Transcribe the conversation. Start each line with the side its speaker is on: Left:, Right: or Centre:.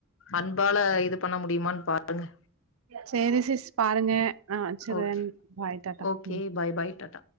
Left: அன்பால இது பண்ண முடியுமான் பாறுங்கஹ்
Right: செரி சிஸ் பாருங்க ஆஹ் வெச்சுறேன்
Left: ஓகே
Right: பாய் டாடா
Left: ஓகே
Right: உம்
Left: பாய் பாய் டாடா